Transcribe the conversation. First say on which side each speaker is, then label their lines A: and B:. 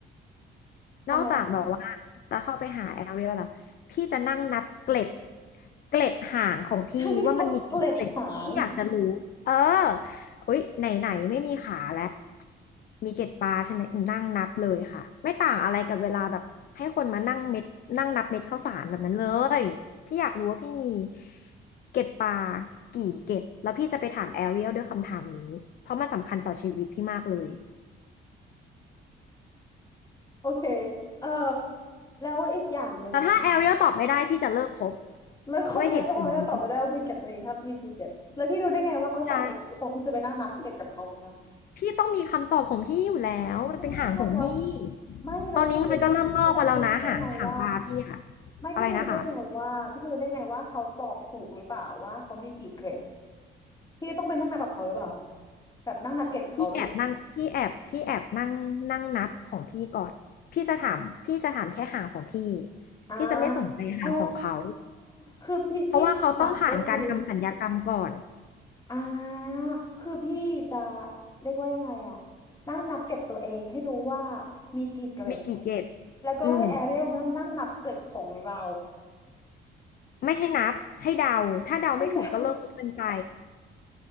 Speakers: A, on the left (about 20°); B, on the left (about 50°).
A: ทำอะไร
B: นอกจากแบบว่าจะเข้าไปหาแอเรียลแล้วพี่จะนั่งนับเกล็ดเกล็ดหางของพี่ว่ามันมีกี่เกล็ดที่อยากจะรู้เออ
A: <laughs> ขับ <laughs> เกล็ดหาง
B: อุ๊ยไหนไหนไม่มีขาแล้วมีเกล็ดปลาใช่ไหมอืมนั่งนับเลยค่ะไม่ต่างอะไรกับเวลาแบบให้คนมานั่งเม็ดนั่งนับเม็ดข้าวสารแบบนั้นเลยพี่อยากรู้ว่าพี่มีเกล็ดปลากี่เกล็ดแล้วพี่จะไปถามแอเรียลด้วยคำถามนี้เพราะมันสำคัญต่อชีวิตพี่มากเลย
A: โอเคเออแล้วอีกอย่างหนึ่งอะ
B: แต่ถ้าแอเรียลตอบไม่ได้พี่จะเลิกคบ
A: แล้วครบแอนที่ผมจะตอบไปได้ว่ามีเกล็ดตัวเองครับมีกี่เกล็ดแล้วพี่รู้ได้ไงว่าเขาตอบถูกตรงที่จะไปนั่งนับเกล็ดกับเขาไหมคะ
B: ด้วยเหตุผลนี้ใช่พี่ต้องมีคำตอบของพี่อยู่แล้วมันเป็นหางของพี่
A: ไม่ใช่ไม่ใช่เราไม่เราคือพี่
B: ตอนนี้มันก็เริ่มงอกมาแล้วนะหางหางปลาพี่อะ
A: จะรู้ได้ยังไงว่าไม่พี่จะรู้ได้ยังไงว่าพี่จะรู้ได้ยังไงว่าเขาตอบถูกหรือเปล่าว่าเขามีกี่เกรด
B: อะไรนะคะ
A: พี่จะต้องไปนั่งนับกับเขาหรือเปล่าแบบนั่งนับเกรดเขาด้วยเหรอ
B: พี่แอบนั่งพี่แอบพี่แอบนั่งนั่งนับของพี่ก่อนพี่จะถามพี่จะถามแค่หางของพี่
A: อ่า
B: พี่จะไม่สนใจหางของเขา
A: อ๋อคือพี่พี่พี่ถามก็คือ
B: เพราะว่าเขาต้องผ่านการทำสัญญากรรมก่อน
A: อ่าคือพี่จะเรียกว่ายังไงอะนั่งนับเกรดตัวเองให้รู้ว่ามีกี่เกรด
B: มีกี่เกต
A: แล้วก็ให้แอเรียลมานั่งนับเกรดของเรา
B: อืมไม่ให้นับให้เดาถ้าเดาไม่ถูกก็เลิกคบกันไป
A: ให้เดา